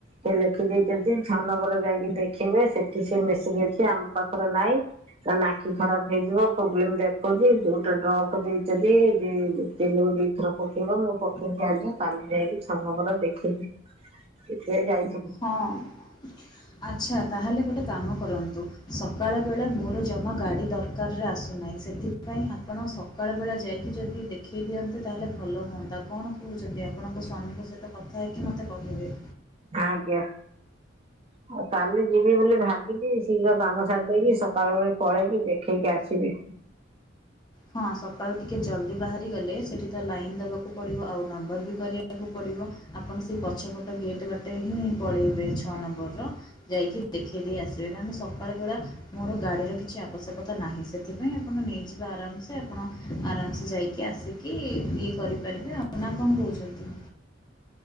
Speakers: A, on the right; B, on the left.
A: ସେ ଲେଖିଦେଇଛନ୍ତି ଛଅ ନମ୍ବର ଯାଇକି ଦେଖିଇବେ ସେଠି ସେ ମେସିନ ସେ ଆମ ପାଖରେ ନାଇଁ। କହିଲେ ଆଖି ଖରାପ ହେଇଯିବ ପ୍ରୋବ୍ଲେମ ଦେଖଉଛି ଗୋଟେ ଡ୍ରପ ଦେଇଛନ୍ତି ଦି ଦିନକୁ ଦି ଟ୍ରପ ପକେଇବ ମୁଁ ପକେଇଛିି ଆଜି କାଲି ଯାଇକି ଛଅ ନମ୍ବର ଦେଖେଇବି ଏବେ ଯାଇଥିଲି
B: ହଁ ଆଚ୍ଛା ତାହେଲେ ଗୋଟେ କାମ କରନ୍ତୁ ସକାଳ ବଳେ ମୋର ଜମା ଗାଡ଼ି ଦର ଦରକାରରେ ଆସୁନାହିଁ ସେଥିପାଇଁ ଆପଣ ସକାଳ ବେଳା ଯାଇକି ଯଦି ଦେଖେଇ ଦିଅନ୍ତେ ତାହେଲେ ଭଲ ହୁଅନ୍ତା। କଣ କହୁଛନ୍ତି ଆପଣଙ୍କ ସ୍ୱାମୀଙ୍କ ସହିତ କଥା ହେଇକି ମୋତେ କହିବେ।
A: ଆଜ୍ଞା ଆଉ କାଲି ଯିବି ବୋଲି ଭାବିଛିି ଶୀଘ୍ର କାମ ସାରେଦଇକି ସକାଳ ବେଳି ପଳେଇବି ଦେଖେଇକି ଆସିବି‌।
B: ହଁ ସକାଳୁ ଟିକେ ଜଲ୍ଦି ବାହାରିଗଲେ ସେଠି ତ ଲାଇନ ଦେବାକୁ ପଡ଼ିବ ଆଉ ନମ୍ବର ବି କରିବାକୁ ପଡ଼ିବ। ଆପଣ ସେ ପଛପଟ ଗେଟ ବାଟେ ହିଁ ପଳେଇବେ ଛଅ ନମ୍ୱର ର। ଯାଇକି ଦେଖେଇ ଦେଇ ଆସିବେ କାହିଁକି ନା ସକାଳ ବେଳା ମୋର ଗାଡିର କିଛି ଆବଶ୍ୟକତା ନାହିଁ ସେଥିପାଇଁ ଆପଣ ନେଇଯିବେ ଆରାମସେ ସେ ଆପଣ ଆରାମସେ ଯାଇକି ଆସିକି ଇଏ କରିପାରିବେ ଆପଣ କଣ କହୁଛନ୍ତି।